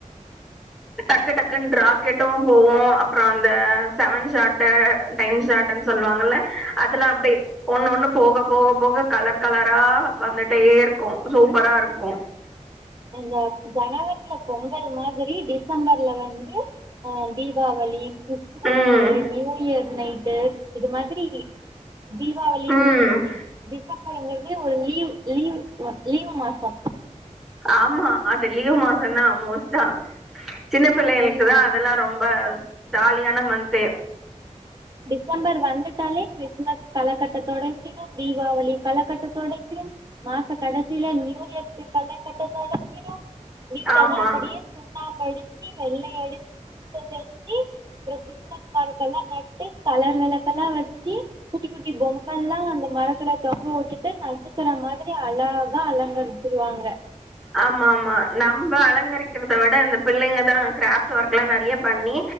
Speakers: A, on the right; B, in the centre.
A: <inaudible>
B: டக்கு டக்குன்னு ராக்கெட்டு போவொ அப்றோ அந்த செவன் ஷாட்டு டென் ஷாட்டுன்னு சொல்லுவாங்கல்ல அதல்லா அப்டே ஒண்ணு ஒண்ணு போக போக போக கலர் கலரா வந்துட்டே இருக்கு சூப்பரா இருக்கு
A: இந்த ஜனவரில பொங்கல் மாதிரி டிசம்பர்ல வந்து ஆ தீபாவளி கிறிஸ்மஸு
B: ம்
A: நியூயர் நைட்டு இது மாதிரி தீபாவளி
B: ம்
A: டி டிசம்பர்ங்குறது ஒரு லீவ் லீவ் லீவு மாசொ
B: ஆமா அது லீவ் மாசந்தா மோஸ்டா சின்ன பிள்ளைகளுக்குளா
A: ம்
B: அதெல்லா ரொம்ப ஜாலியான மந்த்து
A: டிசம்பர் வந்துட்டாலே கிறிஸ்மஸ் கலக்கட்ட தொடங்கிடு தீபாவளி கலக்கட்ட தொடங்கிரு மாச கடைசில நியூயருக்கு கல கட்ட தொடங்கிரு வீட்டெல்லா
B: ஆமா
A: அப்டியே சு சுண்ணாம்பு அடிச்சு வெள்ளயடிச்சு சுத்த செஞ்சு அப்புற கிறிஸ்மஸ் மரதெல்லா நட் டு கலர் வெளக்கல்லா வச்சி குட்டி குட்டி பொம்மல்லா அந்த மரத்துல தொங்க வுட்டுட்டு நட்சத்திர மாதிரி அழகா அழங்கரி ச்சுருவாங்க
B: ஆமா ஆமா நம்ப அலங்கரிக்கிறத விட இந்த பிள்ளைங்க தா கிராஃப்ட் ஒர்க்ல்லா நெறைய பண்ணி